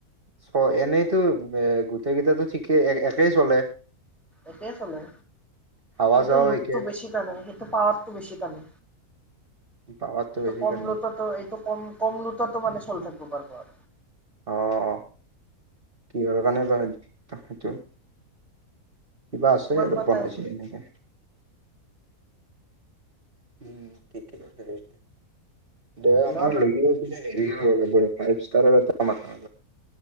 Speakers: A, on the right; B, in the centre.
A: চ এনেইতো এ গোটেই কেইটো ঠিকেই এক একেই চলে।
B: একে চলে।
A: হাৱা
B: সেইটো
A: চাৱাও
B: লোডটো
A: একে।
B: বেছি টানে, সেইটো পাৱাৰটো বেছি টানে।
A: পাৱাৰটো
B: এইটো
A: বেছি
B: কম
A: তাৰ নেকি
B: লোতাতো এইটো কম-কম লোতাতটো মানে চল থাকিব। বাৰ-বাৰ।
A: অ-অ কি আৰু কাৰণে বা তেইটো? কিবা আছে
B: কিমান
A: আৰু
B: বা
A: বনাইছেো
B: টাইম
A: এনেকে। উম ঠিকেই সেই দে
B: হেল্ল'
A: আমাৰ লৈ গৈ <unintelligible> <unintelligible> ফাইভ ষ্টাৰৰ এটা মঠ মাৰিব